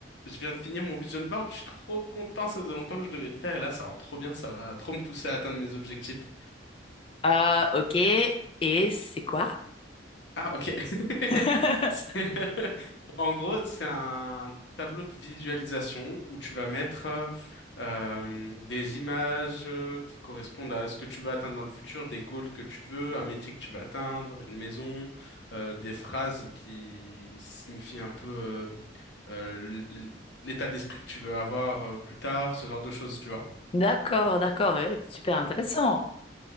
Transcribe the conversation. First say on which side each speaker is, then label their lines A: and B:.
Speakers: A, on the left; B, on the left.
A: Je viens de finir mon vision board, je suis trop content, ça faisait longtemps que je devais le faire et là ça rend trop bien, ça va trop me pousser à atteindre mes objectifs.
B: Ah, ok. Et c'est quoi?
A: Ah ok. <laughs>
B: <laughs>
A: C'est- <laughs> En gros, c'est un tableau de visualisation où tu vas mettre euh, euh, des images euh, qui correspondent à ce que tu veux atteindre dans le futur, des goals que tu veux, un métier que tu veux atteindre, une maison, euh, des phrases qui signifient un peu euh, euh, l- l'état d'esprit que tu veux avoir euh, plus tard, ce genre de choses, tu vois.
B: D'accord, d'accord. ouais, Super intéressant.